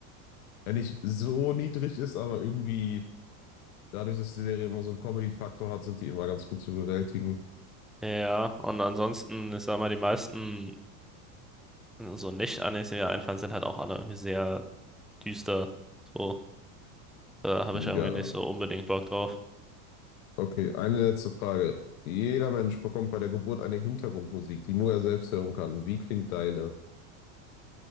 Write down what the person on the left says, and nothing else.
wenn nicht so niedrig ist, aber irgendwie dadurch, dass die Serie immer so einen Comedy-Faktor hat, sind die immer ganz gut zu bewältigen.
Ja.
Okay, eine letzte Frage. Jeder Mensch bekommt bei der Geburt eine Hintergrundmusik, die nur er selbst hören kann. Wie klingt deine?